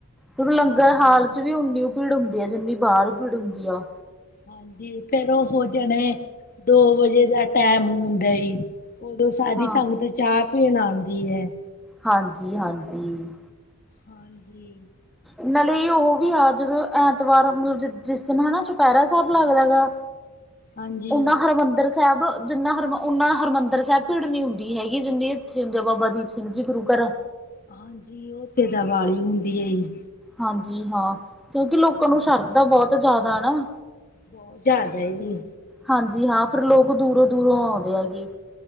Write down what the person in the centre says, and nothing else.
ਤੇ ਲੰਗਰ
ਹਾਲ ਚ ਵੀ ਉਓਨੀ ਭੀੜ ਹੁੰਦੀ ਆ, ਜਿੰਨੀ ਬਾਹਰ ਭੀੜ ਹੁੰਦੀ ਆ।
ਹਾਂ।
ਹਾਂਜੀ, ਹਾਂਜੀ
ਨਾਲੇ ਉਹ ਵੀ ਆ ਜਦੋਂ ਐਤਵਾਰ ਮਤਲਬ ਜਿਸ ਦਿਨ ਹਨ ਨਾ ਚੁਪਹਿਰਾ ਸਾਹਿਬ ਲੱਗਦਾ ਗਾ।
ਉਹ ਮੈਂ ਹਰਿਮੰਦਰ ਸਾਹਿਬ ਜਿੰਨਾ ਹਰਮ ਓਨਾ ਹਰਿਮੰਦਰ ਸਾਹਿਬ ਭੀੜ ਨੀ ਹੁੰਦੀ ਹੈਗੀ, ਜਿੰਨੀ ਇੱਥੇ ਹੁੰਦੀ ਆ ਬਾਬਾ ਦੀਪ ਸਿੰਘ ਜੀ ਗੁਰੂ ਘਰ
ਹਾਂਜੀ ਹਾਂ, ਕਿਉਂਕਿ ਲੋਕਾਂ ਨੂੰ ਸ਼ਰਧਾ ਬਹੁਤ ਜ਼ਿਆਦਾ ਨਾ।
ਹਾਂਜੀ ਹਾਂ ਫਿਰ ਲੋਕ ਦੂਰੋਂ -ਦੂਰੋਂ ਔੰਦੇ ਹੈਗੇ।